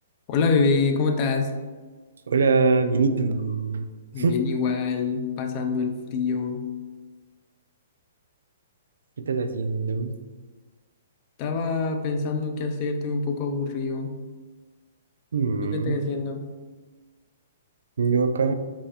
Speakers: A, on the left (about 40°); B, on the right (about 80°).
A: Hola bebé, ¿cómo estás?
B: Hola, bien, ¿y tú? <laughs>
A: Bien
B: ¿Qué
A: igual, pasando el frío.
B: estás haciendo?
A: Estaba pensando qué hacer, estoy un poco aburrido.
B: Mm,
A: ¿Tú qué estás haciendo?
B: yo acá,